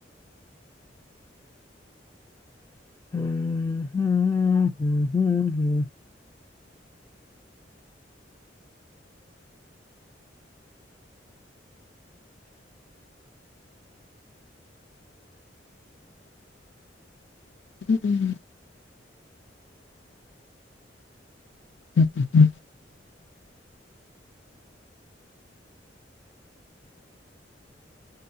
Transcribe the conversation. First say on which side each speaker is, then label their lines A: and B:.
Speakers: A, on the left; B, on the left.
A: ꯎꯝ ꯍꯨꯝ ꯍꯨꯝ ꯍꯨꯝ
B: ꯎ ꯎꯝ <inaudible>